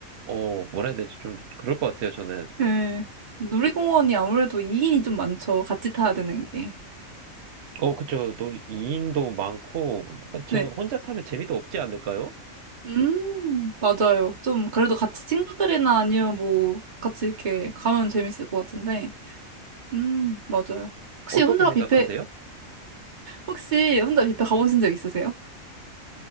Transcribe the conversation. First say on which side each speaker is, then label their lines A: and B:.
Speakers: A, on the right; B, on the right.
A: 어, 뭐라 해야 되지? 좀 그럴 것 같아요, 저는.
B: 네. 놀이공원이 아무래도 2인이 좀 많죠. 같이 타야 되는 게.
A: 어, 그쵸. 놀이, 2인도 많고, 약간 제가
B: 네.
A: 혼자 타면 재미도 없지 않을까요?
B: 음, 맞아요. 좀, 그래도 같이 친구들이나 아니면 뭐, 같이 이렇게 가면 재밌을 것 같은데. 음, 맞아요. 혹시
A: 어떻게
B: 혼자
A: 생각하세요?
B: 뷔페, 혹시 혼자 뷔페 가보신 적 있으세요?